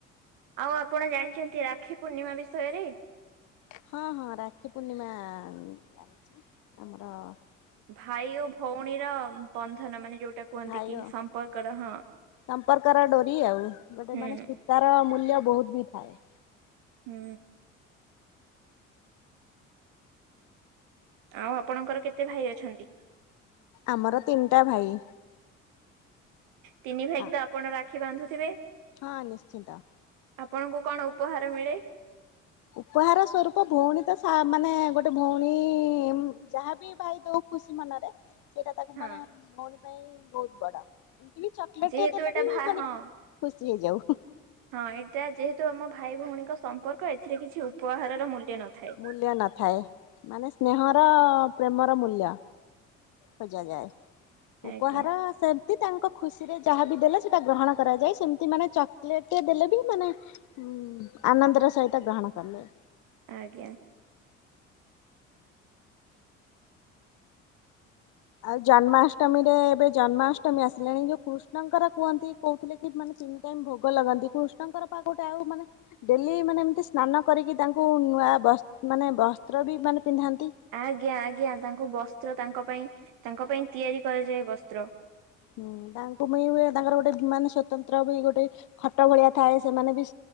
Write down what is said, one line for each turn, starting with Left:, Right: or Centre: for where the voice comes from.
Right: ଆଉ ଆପଣ ଜାଣିଛନ୍ତି ରାକ୍ଷୀ ପୂର୍ଣ୍ଣିମା ବିଷୟରେ?
Left: ହଁ ହଁ ରାକ୍ଷୀ ପୂର୍ଣ୍ଣିମା ଲାଗଛି ଆମର ହିଁ
Right: ଭାଇ ଓ ଭଉଣୀର ବନ୍ଧନ ମାନେ ଯୋଉଟା କୁହନ୍ତି
Left: ଭାଇ
Right: କି
Left: ହଁ
Right: ସମ୍ପର୍କର ହଁ
Left: ସମ୍ପର୍କର ଡୋରି ଆଉ ବଟ
Right: ହୁଁ
Left: ମାନେ ସୂତାର ମୂଲ୍ୟ ବହୁତ ବି ଥାଏ।
Right: ହୁଁ। ଆଉ ଆପଣଙ୍କର କେତେ ଭାଇ ଅଛନ୍ତି?
Left: ଆମର ତିନିଟା ଭାଇ।
Right: ତିନି ଭାଇକି
Left: ହଁ
Right: ତ ଆପଣ ରାକ୍ଷୀ ବାନ୍ଧୁଥିବେ?
Left: ହଁ ନିଶ୍ଚିନ୍ତ।
Right: ଆପଣଙ୍କୁ କଣ ଉପହାର ମିଳେ?
Left: ଉପହାର ସ୍ୱରୂପ ଭଉଣୀ ତ ମାନେ ଗୋଟେ ଭଉଣୀ ଯାହାବି ଭାଇ ଦଉ ଖୁସି ମନରେ ସେଇଟା ତାକୁ
Right: ହଁ
Left: ମାନେ ଭଉଣୀ ପାଇଁ ବହୁତ ବଡ। ଚକଲେଟ
Right: ଯେହେତୁ
Left: ଟିଏ ଦେଲେ
Right: ଏଟା
Left: ବି
Right: ଭା
Left: ମାନେ
Right: ହଁ
Left: ଖୁସି ହେଇଯାଉ।
Right: ହଁ ଏଇଟା ଯେହେତୁ ଆମ ଭାଇ ଭଉଣୀଙ୍କ ସମ୍ପର୍କ ଏଥିରେ କିଛି ଉପହାରର ମୂଲ୍ୟ ନଥାଏ।
Left: ମୂଲ୍ୟ ନଥାଏ ମାନେ ସ୍ନେହର ପ୍ରେମର ମୂଲ୍ୟ। ଖୋଜା ଯାଏ ଉପହାର
Right: ଆଜ୍ଞା
Left: ସେ ତାଙ୍କ ଖୁସିରେ ଯାହା ବି ଦେଲେ ସେଟା ଗ୍ରହଣ କରାଯାଏ ସେମତି ମାନେ ଚକୋଲେଟ ଦେଲେ ବି ମାନେ ହୁଁ ଆନନ୍ଦ ସହିତ ଗ୍ରହଣ କରିନିଏ।
Right: ଆଜ୍ଞା।
Left: ଆଉ ଜନ୍ମାଷ୍ଟମୀରେ ଏବେ ଜନ୍ମାଷ୍ଟମୀ ଆସିଲାଣି ଯୋଉ କୃଷ୍ଣଙ୍କର କୁହନ୍ତି କହୁଥିଲେ କି ମାନେ ତିନି ଟାଇମ ଭୋଗ ଲଗନ୍ତି କୃଷ୍ଣଙ୍କର ପା ଗୋଟେ ଆଉ ମାନେ ଡେଲି ମାନେ ଏମିତି ସ୍ନାନ କରିକି ତାଙ୍କୁ ବ ମାନେ ବସ୍ତ୍ର ବି ମାନେ ପିନ୍ଧାନ୍ତି।
Right: ଆଜ୍ଞା ଆଜ୍ଞା ତାଙ୍କୁ ବସ୍ତ୍ର ତାଙ୍କ ପାଇଁ ତାଙ୍କ ପାଇଁ ତିଆରି କରାଯାଏ ବସ୍ତ୍ର।
Left: ହୁଁ ତାଙ୍କୁ ପାଇଁ ତାଙ୍କର ଗୋଟେ ବିମାନ ସ୍ଵତନ୍ତ୍ର ବି ଗୋଟେ ଖଟ ଭଳିଆ ଥାଏ ସେମାନେ ବି